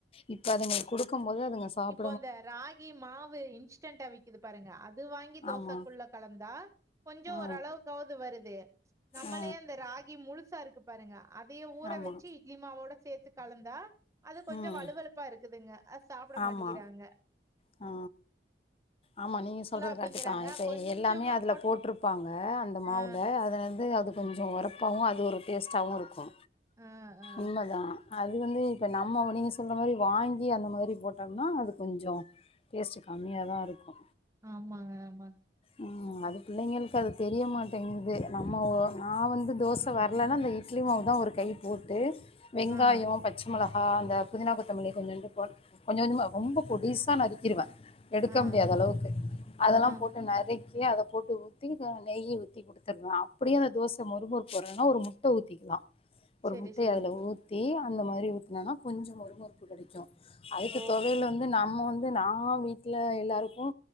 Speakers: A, on the left; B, on the right.
A: இப்ப அதுங்களுக் குடுக்கும்போது அதுங்க சாப்
B: இப்ப அந்த ராகி மாவு இன்ஸ்டண்ட்டா விக் கிது பாருங்க அது வாங்கி தோசக்குள்ள
A: ஆமா
B: கலந்தா கொஞ்சோ
A: ஆ
B: ஓரளவுக்காவது வருது நம்மளே
A: ஆ
B: அந்த ராகி முழு சா இருக்கு பாருங்க அதயே ஊற
A: ஆமா
B: வச்சி இட்லி மாவோட சேத்து கலந்தா அது கொஞ்சோ
A: ம்
B: வலுவலுப் ப்பா இருக்குதுங்க அ சாப்ட
A: ஆமா
B: மாட்டிகிறாங்க
A: ஆ ஆமா நீங்க சொல்றது
B: அப்டிங்கிறாங்க
A: கரட்டுத்தா இப்ப
B: கொஞ்சமா
A: எல்லாமே அதுல
B: போட்டு
A: போட்ருப்பாங்க அந்த மாவுல
B: ஆ
A: அதுலந்து அது கொஞ்சோ ஒரப்பாவு அது ஒரு டேஸ்ட்டாவு இருக்கு
B: ஆ ஆ
A: உண்ம தா அது வந்து இப்போ நம்ம நீங்க சொல்றா மாரி வாங்கி அந்த மாரி போட்டம்னா அது கொஞ்சோ டேஸ்ட்டு கம்மியா தா இருக்கு
B: ஆமாங்க ஆமாங்
A: ம் அது பிள்ளைங்களுக்கு அது தெரிய மாட்டேங்கிது நம்ம ஒ நா வந்து தோச வரலனா அந்த இ ட்லி மாவு தா ஒரு கை போட்டு வெங்காயோ
B: ஆ
A: பச்ச மொளகா அந்த புதினா கொத்தமல்லி கொஞ்சோன்டு போட் கொஞ்ச கொஞ்சமா ரொம்ப பொடிஸ் சா நறுக்கிருவ எடுக்க
B: ஆ
A: முடியாத அளவுக்கு அதெல்லா
B: ஆ
A: போட்டு நறுக்கி அத போட்டு தி வா நெய் ஊத்தி குடுத்துருவ அப்டியே அந்த தோச மொறு மொறுப் வரலனா ஒரு முட்ட ஊத்திக்லா ஒரு
B: செரி
A: முட்டைய
B: செரி
A: அதுல ஊத்தி அந்த மாரி ஊத்னாதா கொஞ்சோ மொறு மொறுப்பு கெடைக்கு அதுக்கு
B: ஓ
A: தொவயல வந்து நம்ம வந்து நா வீட்ல எல்லாருக்கு